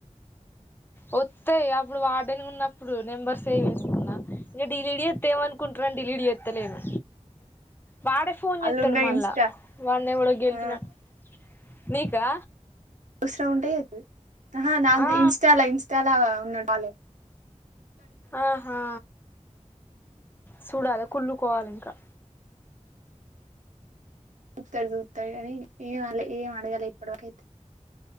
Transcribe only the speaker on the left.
ఓతాయి అప్పుడు వాార్డన్ ఉన్నప్పుడు నెంబర్ సేవ్చేసుకున్నా ఇంకా డిలిడీ వాతేవన్ కుంట్రాన్ డిలీట్ చేతలేను వాడే ఫోన్
చేస్తాడు
మళ్ళా
వాడిని ఎవడో గెలికిినాట్
నీకా
ఆ
ఆహా చూడాలా కుళ్ళుకోవాలి ఇంకా